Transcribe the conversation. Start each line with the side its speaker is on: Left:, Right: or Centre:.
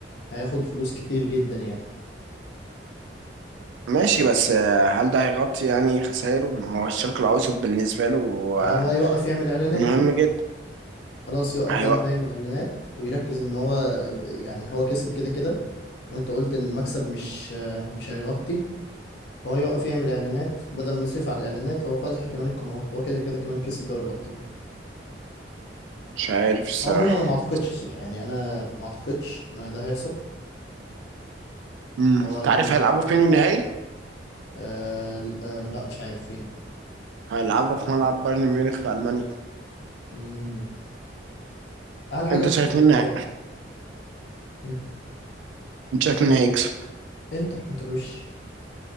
Left: هياخد فلوس كتير جدا يعني
Right: ماشي بس آه، هل ده هيغطي يعني خسائره ما هو الشرق الأوسط بالنسبة له هو
Left: هو يا بقى يوقف يعمل اعلانات
Right: مهم جدا
Left: خلاص يوقف
Right: هيوقع
Left: بقى ان هو يعمل اعلانات ويركز ان هو يعني هو كسب كده كده وانت قلت المكسب مش مش هيغطي فهو يوقف يعمل اعلانات بدل ما يصرف على الاعلانات هو فتح كمان القنوات هو كده كده كمان كسب دوري الابطال
Right: مش عارف الصراحة
Left: عموما انا ما اعتقدش الصراحه يعني انا ما اعتقدش ان ده هيحصل
Right: امم
Left: هو
Right: انت
Left: اكيد
Right: عارف
Left: مش
Right: هيلعبوا
Left: عبيط يعني
Right: فين النهائي؟
Left: أه آه، لا مش عارف فين
Right: هيلعبوا في ملعب بايرن ميونخ في ألمانيا
Left: مم، اعلى حاجه
Right: انت
Left: في
Right: شايف
Left: اوروبا
Right: مين هي-
Left: مم،
Right: انت شايف مين هيكسب؟
Left: انتر انتر وش